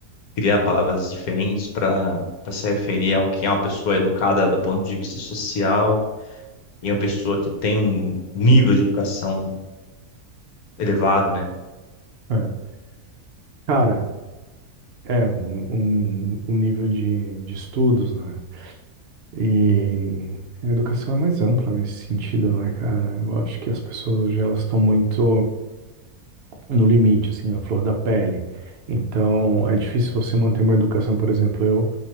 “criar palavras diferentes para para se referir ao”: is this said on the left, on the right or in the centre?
Left